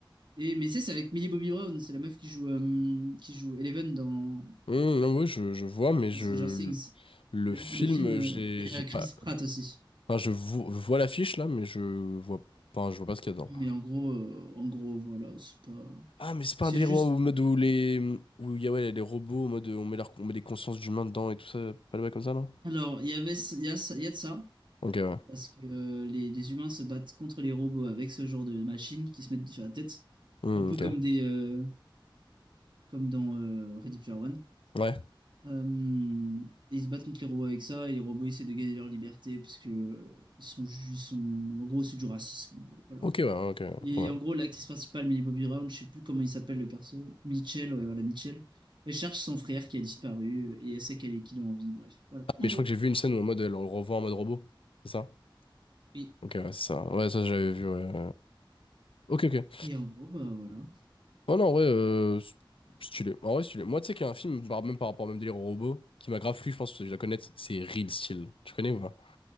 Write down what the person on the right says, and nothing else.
Et, mais tu sais, c'est avec Millie Bobby Brown, c'est la meuf qui joue, euh, qui joue Eleven dans,
dans Stranger Things.
Mais
Le film, euh,
et il
y a
Chris Pratt aussi.
Mais en gros, euh, en gros, voilà, c'est pas.
C'est
juste.
Alors, il y avait, ce- il y a, ça- il y a de ça,
parce que euh, les, les humains se battent contre les robots avec ce genre de machines qui se mettent sur la tête.
Un peu
comme des, euh, comme dans euh, Ready Player One.
Euh, et ils se battent contre les robots avec ça, et les robots essaient de gagner leur liberté parce que euh, ils sont, ju- ils sont, en gros, c'est du racisme, en gros, voilà.
Et
en gros, l'actrice principale, Millie Bobby Brown, je sais plus comment il s'appelle le perso, Mitchell, ouais, voilà, Mitchell, elle cherche son frère qui a disparu euh, et elle sait qu'elle est, qu'il est en vie, bref, voilà,
en gros.
Oui.
Et en gros, bah voilà.